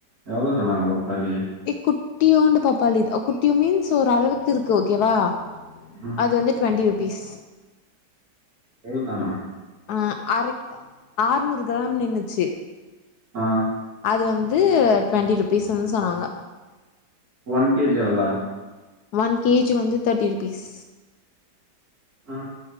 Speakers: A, on the right; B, on the left.
A: எவளோ சொன்னாங்க பப்பாளி
B: ஏ குட்டியோண்டு பாப்பாளி குட்டியு மீன்ஸ் ஒரு அளவுக்கு இருக்கு ஓகேவா
A: ம்
B: அது வந்து டுவெண்ட்டி ருபீஸ்
A: ஏல்தானா
B: அ அரைக் ஆறுநூறு கிராம் நின்னுச்சு
A: ஆ
B: அது வந்து ட்வெண்ட்டி ருப்பீஸ்ன்னு சொன்னாங்க
A: ஒன் கேஜி எவளோ
B: ஒன் கேஜி வந்து தேட்டி ருபீஸ்
A: ஆ